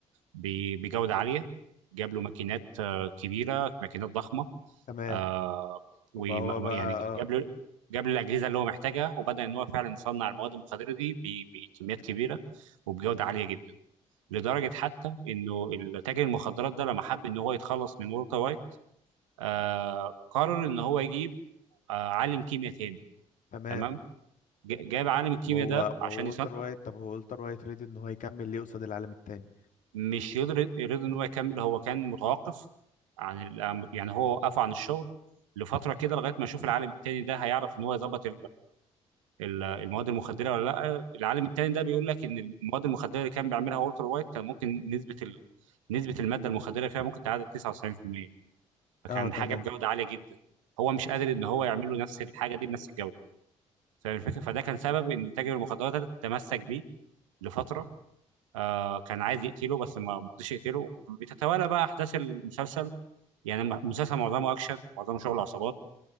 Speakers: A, on the right; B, on the left.
A: ب- بجودة عالية جاب له ماكينات آه، كبيرة ماكينات ضخمة
B: تمام
A: آه ويعني
B: وبقى هو بقى
A: جاب
B: اه
A: له جاب له الاجهزه اللي هو محتاجها وبدا ان هو فعلا يصنع المواد المخدره دي ب- بكميات كبيره وبجوده عاليه جدا لدرجه حتى انه تاجر المخدرات ده لما حب ان هو يتخلص من والتر وايت آه قرر ان هو يجيب آه عالم كيمياء تاني
B: تمام
A: تمام ج- جاب عالم الكيمياء
B: وهو
A: ده عشان
B: وهو
A: يصنع
B: والتر وايت طب هو والتر وايت ريدي ان هو يكمل ليه قصاد العالم التاني
A: مش يقدر يرضى ان هو يكمل هو كان متوقف عن ال- يعني هو وقف عن الشغل لفتره كده لغايه ما يشوف العالم التاني ده هيعرف ان هو يظبط ال- المواد المخدره ولا لا العالم التاني ده بيقول لك ان المواد المخدره اللي كان بيعملها والتر وايت كان ممكن نسبه ال... نسبه الماده المخدره فيها ممكن تعادل 99% فكان
B: اه تمام
A: حاجه بجوده عاليه جدا هو مش قادر ان هو يعمل له نفس الحاجه دي بنفس الجوده فاهم الفكره فده كان سبب ان تاجر المخدرات ده تمسك بيه لفتره آه كان عايز يقتله بس ما ما رضيش يقتله بتتوالى بقى احداث المسلسل يعني الم- المسلسل معظمه اكشن معظمه شغل عصابات